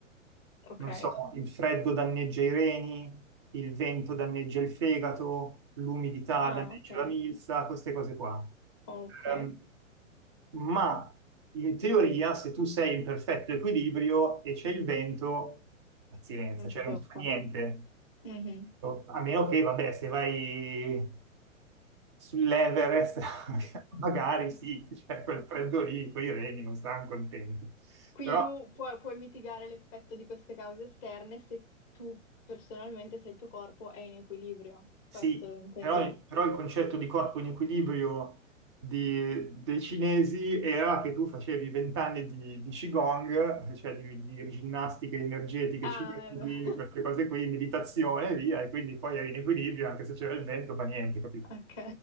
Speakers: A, on the left (about 25°); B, on the right (about 25°).
A: Ok.
B: Non so, il freddo danneggia i reni, il vento danneggia il fegato, l'umidità
A: Ah,
B: danneggia
A: ok.
B: la milza, queste cose qua.
A: Ok,
B: Ehm, ma in teoria, se tu sei in perfetto equilibrio e c'è il vento, pazienza,
A: non
B: cioè
A: ti tocca.
B: non si fa niente.
A: Mhm.
B: No, A meno che, vabbè, se vai sull'Everest, <laughs> magari sì, cioè quel freddo lì, poi i reni non saranno contenti.
A: Quindi
B: Però
A: tu puoi, puoi mitigare l'effetto di queste cause esterne se tu personalmente, se il tuo corpo è in equilibrio.
B: sì,
A: Questo intendi?
B: però, però il concetto di corpo in equilibrio di- dei cinesi era che tu facevi vent'anni di, di Qigong, cioè di, di ginnastiche energetiche
A: Ah,
B: cinesi, queste
A: <laughs>
B: cose qui, meditazione e via, e quindi poi eri in equilibrio, anche se c'era il vento, fa niente, capito?
A: ok.